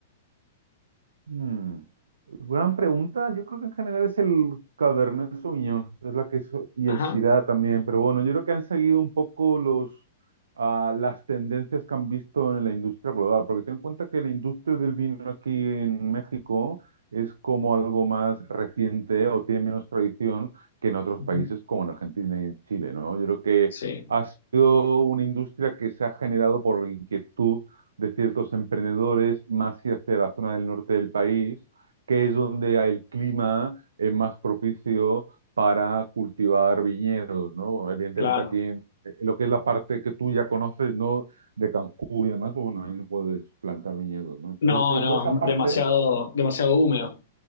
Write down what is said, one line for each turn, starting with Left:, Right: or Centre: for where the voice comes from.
Right: Hmm, Gran pregunta. Yo creo que en general es el Cabernet Sauvignon, es la que hizo- y
Left: Ajá.
Right: el Syrah también. Pero bueno, yo creo que han seguido un poco los, ah, las tendencias que han visto en la industria global. Porque ten en cuenta que la industria del vino aquí en México es como algo más reciente o tiene menos tradición que en otros
Left: Ujú.
Right: países como en Argentina y en Chile, ¿no? Yo creo que
Left: Sí,
Right: ha sido una industria que se ha generado por la inquietud de ciertos emprendedores más y hacia la zona del norte del país, que es donde el clima es más propicio para cultivar viñedos, ¿no? Evidentemente
Left: claro.
Right: aquí en lo que es la parte que tú ya conoces, ¿no? De Cancún y demás, pues bueno, ahí no puedes plantar viñedos, ¿no? Entonces,
Left: No, no,
Right: toda esa parte
Left: demasiado, demasiado húmedo.